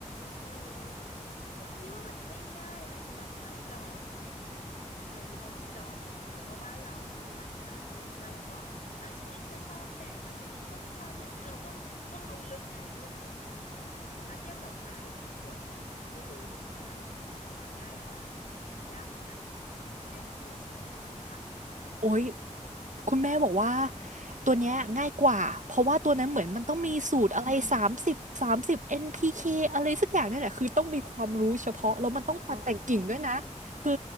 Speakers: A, on the left; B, on the right.
A: เออโหพี่ว่าพี่ว่ามันไม่ง่ายนะสำหรับไม้ดอกอ่ะแบบเราเฉพาะไม้ดอกเดี๋ยวทีเดียวเพราะบ้านเรานะมันหลากหลายบางบางต้นบางชนิดก็ชอบแดดบางชนิดก็ไม่ชอบแดดคือเราต้องต้องรู้ลึกนะในเรื่องพวกเนี้ยเนาะแต่ถ้าเทียบกับไม้ผลไม่รู้ดิว่ามันมันง่ายกว่าหรือหรือยากกว่ากันคุณแม่เขาเคยแชร์ให้ฟังป่ะ
B: โอ้ย คุณแม่บอกว่าตัวเนี้ยง่ายกว่าเพราะว่าตัวนั้นเหมือนมันต้องมีสูตรอะไรสามสิบสามสิบ
A: อืม
B: NPK อนพีเคอะไรสักอย่างนี่แหละคือต้องมีความรู้เฉพาะแล้วมันต้องตัดแต่งกิ่งด้วยนะคือ
A: อ๋อ